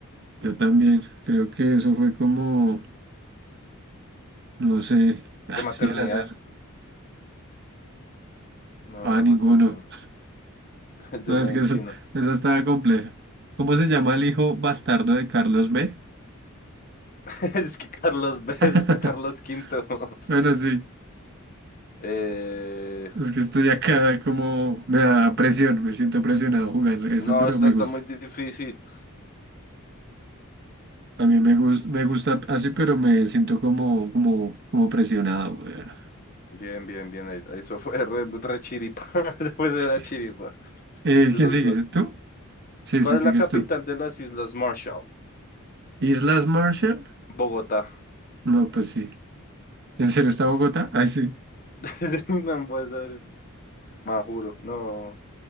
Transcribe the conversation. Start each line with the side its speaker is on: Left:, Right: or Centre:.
Right: Yo también, creo que eso fue como, no sé, <laughs> así
Left: de maternidad,
Right: al azar.
Left: no,
Right: Ah, ninguno.
Left: lo estoy, <laughs> de
Right: No,
Left: medicina.
Right: es que eso, esa estaba compleja. ¿Cómo se llama el hijo bastardo de Carlos B?
Left: <laughs> Es que Carlos <laughs> B,
Right: <laughs>
Left: es Carlos Quinto. <laughs>
Right: Bueno, sí.
Left: Eh,
Right: Es que estoy acá como me da presión, me siento presionado jugar eso,
Left: no,
Right: pero
Left: esta
Right: me
Left: está
Right: gusta.
Left: muy difícil.
Right: A mí me gusta me gusta así, pero me siento como, como, como presionado, weón.
Left: Bien, bien, bien. ahí- Eso fue <laughs> re, re chiripa. <laughs> Después
Right: Sí.
Left: era chiripa
Right: Eh,
Left: de
Right: ¿quién
Left: los
Right: sigue?
Left: dos.
Right: ¿Tú? Sí,
Left: ¿Cuál
Right: sí,
Left: es
Right: sigues
Left: la capital
Right: tú.
Left: de las Islas Marshall?
Right: ¿Islas Marshall?
Left: Bogotá.
Right: No, pues sí. ¿En serio está Bogotá? Ay, sí.
Left: <laughs> No puede ser. Más juro. No.